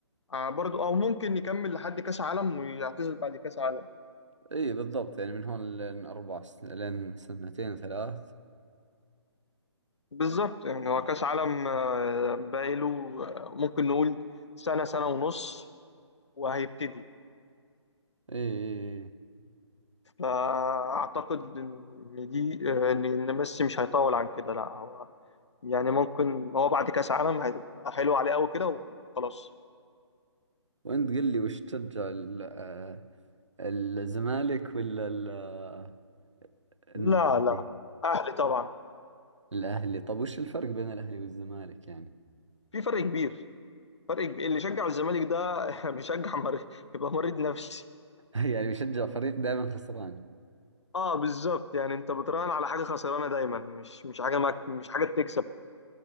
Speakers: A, on the left (about 70°); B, on the right (about 85°).
A: آه برضو او ممكن يكمل لحد كاس عالم ويعتزل بعد كاس عالم
B: ايه بالضبط يعني من هون لين اربع سن... لين سنتين ثلاث
A: بالظبط يعني هو كاس عالم آه، باقيله آه، ممكن نقول سنة سنة ونص وهيبتدي
B: ايه إيه، إيه.
A: فاعتقد ان دي آه، ان إن ميسي مش هيطول عن كده لا هو يعني ممكن هو بعد كاس عالم هيبقى حلو عليه قوي كده وخلاص
B: وانت قل لي وش تشجع ال- آه، الزمالك ولا ال- آه،
A: لا
B: الاهلي
A: لا اهلي طبعا
B: الأهلي. طب وش الفرق بين الاهلي والزمالك يعني
A: في فرق كبير فرق كبير اللي شجع الزمالك ده <laughs> بيشجع مريض يبقى مريض نفسي
B: <laughs> يعني بشجع فريق دائما خسران
A: اه بالظبط يعني انت بتراهن على حاجه خسرانه دايما مش مش حاجه مك... مش حاجه بتكسب